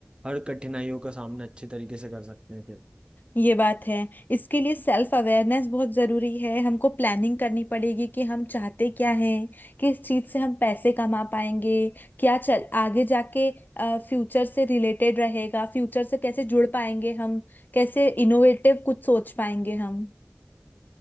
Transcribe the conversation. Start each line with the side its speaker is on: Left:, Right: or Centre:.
Right: हर कठिनाइयों का सामना अच्छे तरीके से कर सकते हैं फिर
Left: ये बात है इसके लिए सेल्फ अवेयरनेस बहुत ज़रूरी है हमको प्लानिंग करनी पड़ेगी कि हम चाहते क्या हैं किस चीज़ से हम पैसे कमा पाएंगे क्या चल आगे जाके फ्यूचर से रिलेटेड रहेगा फ्यूचर से कैसे जुड़ पाएंगे हम कैसे इनोवेटिव कुछ सोच पाएंगे हम